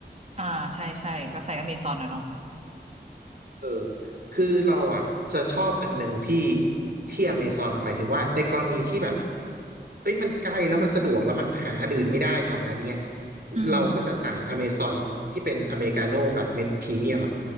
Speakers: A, on the right; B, on the right.
A: อ่าใช่ใช่ก็ใส่อเมซอนนะเนาะ
B: เออคือเราอ่ะจะชอบอันหนึ่งที่ที่อเมซอนหมายถึงว่าในกรณีที่แบบเอ้ยมันใกล้แล้วมันสะดวกแล้วมันหาอันอื่นไม่ได้แถวนั้นเนี่ย
A: อืม
B: เราก็จะสั่งอเมซอนที่เป็นอเมริกาโน่แบบเม็ดพรีเมียมอ่ะ